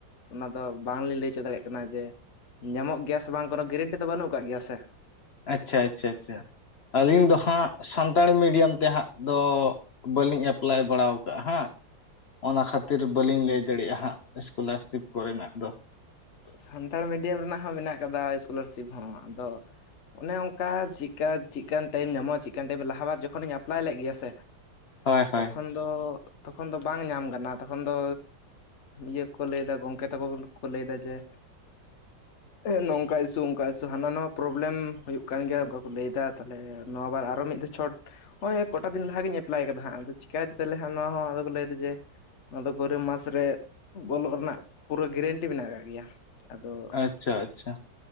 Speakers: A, on the left (about 45°); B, on the left (about 75°).
A: ᱚᱱᱟ ᱫᱚ ᱵᱟᱝ ᱞᱤᱧ ᱞᱟᱹᱭ ᱪᱚ ᱫᱟᱲᱮᱜ ᱠᱟᱱᱟ ᱡᱮᱼᱼ ᱧᱟᱢᱚᱜ ᱜᱮᱭᱟ ᱥᱮ ᱵᱟᱝ ᱠᱚᱱᱚ ᱜᱮᱨᱮᱱᱴᱤ ᱫᱚ ᱵᱟᱹᱱᱩᱜ ᱟᱠᱟᱜ ᱜᱮᱭᱟ ᱥᱮ᱾
B: ᱟᱪᱪᱷᱟ ᱟᱪᱷᱟ ᱟᱪᱷᱟ ᱟᱹᱞᱤᱧ ᱫᱚ ᱦᱟᱸᱜ ᱥᱟᱱᱛᱟᱲᱤ ᱢᱤᱰᱤᱭᱟᱢ ᱛᱮ ᱦᱟᱸᱜ ᱫᱚᱼᱼ ᱵᱟᱹᱞᱤᱧ ᱮᱯᱞᱟᱭ ᱵᱟᱲᱟ ᱟᱠᱟᱜ-ᱟ ᱦᱮᱸ᱾ ᱚᱱᱟ ᱠᱷᱟᱹᱛᱤᱨ ᱵᱟᱹᱞᱤᱧ ᱞᱟᱹᱭ ᱫᱟᱲᱮᱭᱟᱜᱼᱟ ᱦᱟᱸᱜ ᱥᱠᱚᱞᱟᱨᱥᱤᱯ ᱠᱚᱨᱮᱱᱟᱜ ᱫᱚ
A: ᱥᱟᱱᱛᱟᱲ ᱢᱤᱰᱤᱭᱟᱢ ᱨᱮᱱᱟᱜ ᱦᱚᱸ ᱢᱮᱱᱟᱜ ᱠᱟᱫᱟ ᱥᱠᱚᱞᱟᱨᱥᱤᱯ ᱦᱚᱸ ᱟᱫᱚ ᱚᱱᱮ ᱚᱱᱠᱟ ᱪᱮᱠᱟ ᱪᱮᱫᱠᱟᱱ ᱴᱟᱭᱤᱢ ᱧᱟᱢᱚᱜᱼᱟ ᱪᱮᱠᱟ ᱴᱟᱭᱤᱢ ᱞᱟᱦᱟ ᱵᱟᱫᱽ ᱡᱚᱠᱷᱚᱱᱤᱧ ᱮᱯᱞᱟᱭ ᱞᱮᱫ ᱜᱮᱭᱟ ᱥᱮ
B: ᱦᱳᱭ ᱦᱳᱭ
A: ᱛᱚᱠᱷᱚᱱ ᱛᱚ ᱛᱚᱠᱷᱚᱱ ᱫᱚ ᱵᱟᱝ ᱧᱟᱢ ᱠᱟᱱᱟ ᱛᱚᱠᱷᱚᱱ ᱫᱚ ᱤᱭᱟᱹ ᱠᱚ ᱞᱟᱹᱭᱮᱫᱟ ᱜᱚᱢᱠᱮ ᱛᱟᱠᱚ ᱠᱚ ᱞᱟᱹᱭ ᱫᱟ ᱡᱮ
B: <inaudible>
A: ᱮᱸ ᱱᱚᱝᱠᱟ ᱤᱥᱥᱩ ᱚᱱᱠᱟ ᱤᱥᱥᱩ ᱦᱟᱱᱟ ᱱᱟᱮᱟ ᱯᱨᱚᱵᱞᱮᱢ ᱦᱩᱭᱩᱜ ᱠᱟᱱ ᱜᱮᱭᱟ ᱚᱱᱠᱟ ᱠᱚ ᱞᱟᱹᱭᱮᱫᱟ ᱛᱟᱦᱚᱞᱮ ᱱᱚᱣᱟ ᱵᱟᱨ ᱟᱨᱚ ᱢᱤᱫ ᱫᱚ ᱪᱷᱚᱴ ᱱᱚᱜᱼᱚᱭ ᱠᱚᱴᱟ ᱫᱤᱱ ᱞᱟᱦᱟ ᱜᱤᱧ ᱮᱯᱞᱟᱭ ᱠᱟᱫᱟ ᱦᱟᱸᱜ ᱟᱫᱚ ᱪᱤᱠᱟᱭ ᱫᱟᱞᱮ ᱱᱚᱣᱟ ᱦᱚᱸ ᱟᱫᱚ ᱠᱚ ᱞᱟᱹᱭᱫᱟ ᱡᱮ ᱚᱱᱟ ᱫᱚ ᱜᱚᱨᱚᱢ ᱢᱟᱥ ᱨᱮ ᱵᱚᱞᱚᱜ ᱨᱮᱱᱟᱜ ᱯᱩᱨᱟᱹ ᱜᱮᱨᱮᱱ ᱢᱮᱱᱟᱜ ᱠᱟᱜ ᱜᱮᱭᱟ ᱟᱫᱚ
B: ᱟᱪᱪᱷᱟ ᱟᱪᱪᱷᱟ